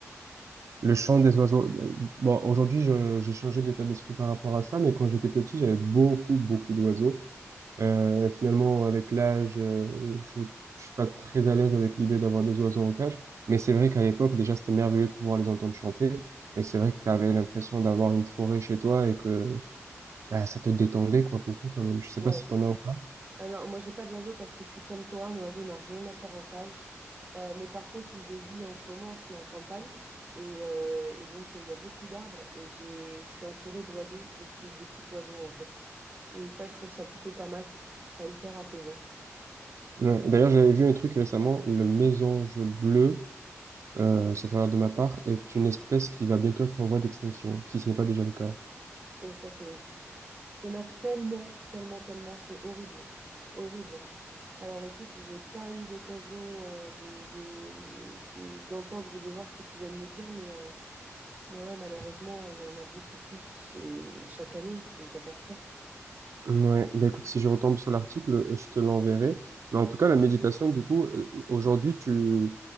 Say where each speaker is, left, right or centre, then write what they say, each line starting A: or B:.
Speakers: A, on the right; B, on the right.
A: Le chant des oiseaux. euh, bon, aujourd'hui je- j'ai changé d'état d'esprit par rapport à ça, mais quand j'étais petit j'avais beaucoup beaucoup d'oiseaux. Euh, et finalement avec l'âge, euh, je, je suis pas très à l'aise avec l'idée d'avoir des oiseaux en cage, mais c'est vrai qu'à l'époque déjà c'était merveilleux de pouvoir les entendre chanter. Et c'est vrai que t'avais l'impression d'avoir une forêt chez toi et que Bah, ça te détendait, quoi, beaucoup, quand même. Je sais
B: Ouais.
A: pas si t'en as ou pas.
B: Ah non, moi j'ai pas d'oiseau parce que je suis comme toi, un oiseau n'a rien à faire en cage. Euh, mais par contre, où je vis en ce moment, je suis en campagne et, euh, et donc euh, il y a beaucoup d'arbres et j'ai, je suis entourée d'oiseaux, de petits, de petits oiseaux en fait. Et ça, je trouve ça plutôt pas mal. Je trouve ça hyper apaisant.
A: Ouais. D'ailleurs, j'avais vu un truc récemment, le mésange bleu, euh, sauf erreur de ma part, est une espèce qui va bientôt être en voie d'extinction, si ce n'est pas déjà le cas.
B: Puis Ça, c'est... Il y en a tellement, tellement, tellement, c'est horrible. Horrible. Alors écoute, j'ai pas eu l'occasion euh, de, de, de- d'entendre ou de voir ce que tu viens de me dire, mais euh, Mais ouais, malheureusement, il y en a beaucoup plus et chaque année, c'est une catastrophe.
A: Ouais, bah écoute, si je retombe sur l'article, euh, je te l'enverrai. Mais en tout cas, la méditation, du coup, euh, aujourd'hui, tu,